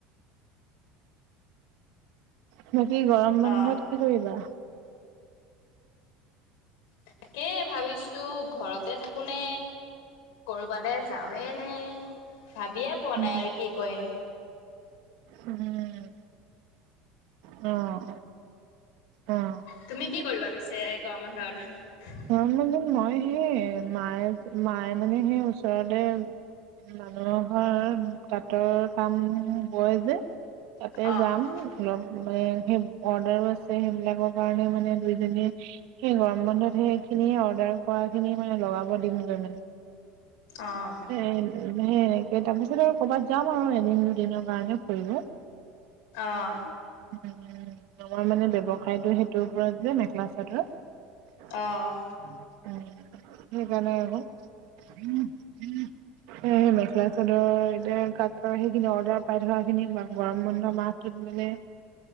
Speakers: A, on the right; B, on the left.
A: উম। বাকী গৰম বন্ধত
B: অ'।
A: কি কৰিবা?
B: তাকে ভাবিছো ঘৰতে থাকো নে কৰবালে? যাওঁইনে নে ভাবিয়ে পোৱা
A: উম,
B: নাই আৰু কি কৰিম?
A: উম, অ। অ'।
B: তুমি কি কৰিবা পিছে গৰম বন্ধত?
A: গৰম বন্ধত মই সেই মায়ে মায়ে, মানে, সেই ওচৰতে মানুহৰ ঘৰ তাঁতৰ কাম বয় যে। তাতে
B: অ',
A: যাম অলপ। মানে, সেই অৰ্ডাৰো আছে, সেইবিলাকৰ কাৰণে, মানে, দুইজনীয়ে সেই গৰম বন্ধত, সেইখিনি অৰ্ডাৰ কৰা খিনি মানে লগাব দিম। <inaudible> এনেকে,
B: অ',
A: তাৰপিছত আৰু কৰ'বাত যাম আৰু এদিন-দুদিনৰ কাৰণে ফুৰিব।
B: অ',
A: উম, আমাৰ মানে ব্যৱসায়টো সেইটোৰ ওপৰত যে, মেখেলা-চাদৰ। সেইকাৰণে
B: অ',
A: আকৌ। <inaudible> সেই মেখেলা-চাদৰ যে কাটৰ, সেইখিনি অৰ্ডাৰ পাই থকা খিনি গৰম বন্ধ মাহটোত। এ